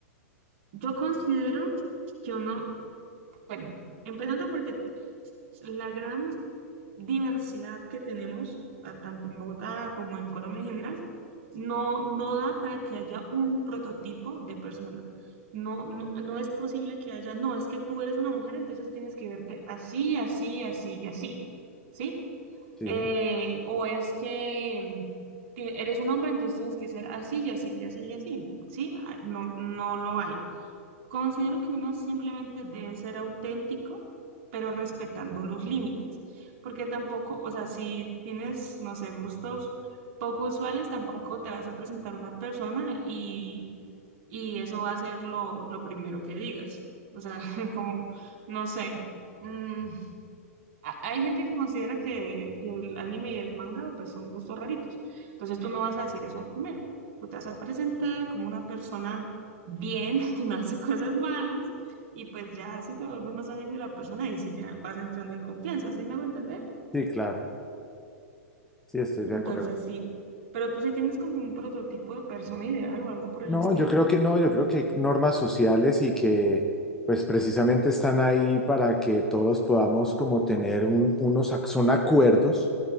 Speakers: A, on the right; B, in the centre.
A: yo considero que uno Bueno, empezando porque la gran diversidad que tenemos, a- tanto en Bogotá como en Colombia en general, no, no da para que haya un prototipo de persona. No, no, no es posible que haya, no, es que tú eres una mujer, entonces tienes que verte así, así, así y así, ¿sí?
B: Sí,
A: Eh, o es que mm, que eres un hombre, entonces tienes que ser así y así y así y así, ¿sí? Ah, No, no lo hay. Considero que uno simplemente debe ser auténtico, pero respetando los límites, porque tampoco, o sea, si tienes, no sé, gustos poco usuales, tampoco te vas a presentar a una persona y, y eso va a ser lo, lo primero que digas. O sea, <laughs> como, no sé, mm, a- Hay gente que considera que, que el anime y el manga pues son gustos raritos. Entonces tú no vas a decir eso de primero. Tú te vas a presentar como una persona bien, <laughs> que no hace cosas malas, y pues ya si te vuelves más amigo de la persona, y si ya vas entrando en confianza, ¿sí me hago entender?
B: sí, claro. Sí, estoy
A: Entonces
B: de acuerdo.
A: sí, pero tú sí tienes como un prototipo de persona ideal o algo por el
B: No,
A: estilo.
B: yo creo que no, yo creo que normas sociales y que pues precisamente están ahí para que todos podamos como tener un- unos, ac- son acuerdos,